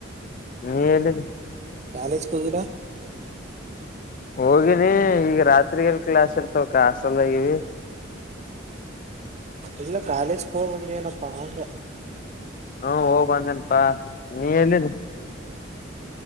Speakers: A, on the left; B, on the right.
A: ನೀ ಎಲ್ಲಿದ
B: ಕಾಲೇಜ್ ಕೋಗರ
A: ಹೋಗಿನಿ ಈಗ ರಾತ್ರಿ ಎಲ್ ಕ್ಲಾಸ್ ಇರ್ತವ ಕಸ್ಲ್ದಗಿ
B: ಇಲ್ಲ ಕಾಲೇಜ್ ಹಂದನ ಪಂಗ
A: ಹ್ಮ ಹೋಗ್ ಬಂದೇನಪಾ ನೀ ಎಲ್ಲಿದ